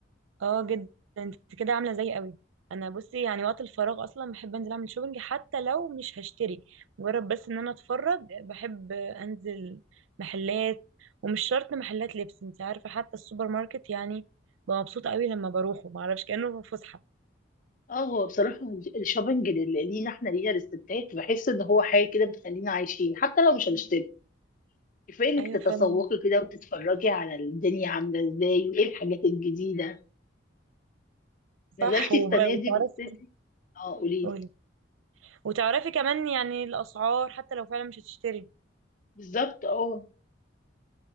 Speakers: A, on the right; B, on the left.
A: اه جدا انت كده عامله زي قوي انا بصي يعني وقت الفراغ اصلا بحب انزل اعمل شوبينج حتى لو مش هشتري مجرد بس ان انا اتفرج بحب انزل محلات ومش شرط محلات لبس انت عارفه حتى السوبر ماركت يعني ببقى مبسوطه قوي لما بروحه ما اعرفش كانه في فسحه
B: اه هو بصراحة الشوبينج لل- لينا احنا لينا الستات بحس ان هو حاجة كده بتخلينا عايشين حتى لو مش هنشتري كفاية انك
A: ايوه
B: تتسوقي
A: فعلا
B: كده وتتفرجي على الدنيا عاملة ازاي وايه الحاجات الجديدة نزلتي
A: صح وب-
B: السنة
A: وتعرفي
B: دي بصيتي اه قوليلي
A: قولي وتعرفي كمان يعني الاسعار حتى لو فعلا مش هتشتري
B: بالظبط اه